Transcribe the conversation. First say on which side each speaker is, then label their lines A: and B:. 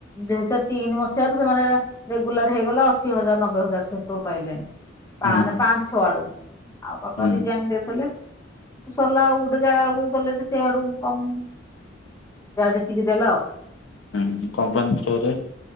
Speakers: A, on the left; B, on the left.
A: ଦୁଇ ହଜାର ତିନି ମସିହା ରୁ ସେମାନେ ରେଗୁଲାର ହେଇଗଲା ଅଶି ହଜାର ନବେ ହଜାର ସେତେବେଳୁ ପାଇଲେଣି। ପାନ
B: ହୁଁ
A: ପାଞ୍ଚ ଛ ଆଡ଼କୁ ଆଉ ପାପା
B: ହୁଁ
A: ରିଯାଇନ୍ ଦେଇଦେଲେ। ସରିଲା ଆଉ ଗୋଟେ ଜାଗାକୁ ଗଲେ ଯେ ସେଆଡୁ କମ ଯାହା ଯେତିକି ଦେଲା ଆଉ।
B: ହୁଁ କମ୍ପାନୀଷ୍ଟୋରରେ।